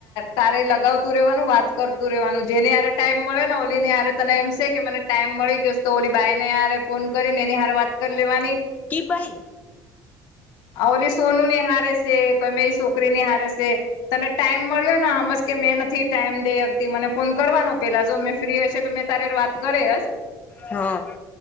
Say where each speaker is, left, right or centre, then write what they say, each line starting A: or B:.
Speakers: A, on the left; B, on the left.
A: તારે લગાવતું રેવાનું વાત કરતું. તું રેવાનું જેની હારે ટાઈમ મળે ને ઓલીની હરે તને એમ છે કે મને ટાઈમ મળી ગયો. તો ઓલી બાાઈને હારે ફોન કરી ને એની હાર વાત કરી લેવાની.
B: કી ભાઈ.
A: હ ઓલી સોનું નીહારે છે કો મે એ છોકરી ની હારે છે. તને ટાઈમ મળ્યો હમજ કે મેન થી ટાઈમ દેતી મને ફોન કરવાનો પેલા જો મે ફ્રી હશે તો મેં તારે વાત કરે.
B: હા